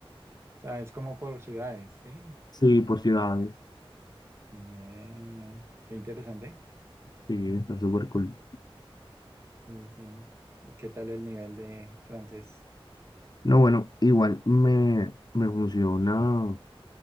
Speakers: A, on the right (about 25°); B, on the left (about 45°).
A: O sea, es como por ciudades, ¿sí?
B: Sí, por ciudades.
A: Ve, Qué interesante.
B: Sí, está súper cool.
A: Sí, sí. ¿Y qué tal el nivel de francés?
B: No, bueno, igual me, me funciona,